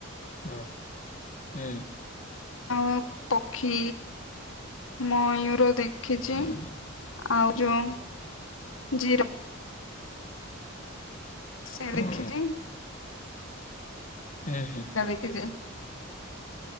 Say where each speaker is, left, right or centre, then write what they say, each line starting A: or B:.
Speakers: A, on the left; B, on the left.
A: ହଁ ହୁଁ।
B: ଆ ପକ୍ଷୀ ମୟୂୁର ଦେଖିଛି।
A: ଉଁ ହୁଁ
B: ଆଉ ଯୋଉ ଜିର ସେ
A: ହଁ
B: ଦେଖିଛି।
A: ହୁଁ
B: <unintelligible>
A: ହୁଁ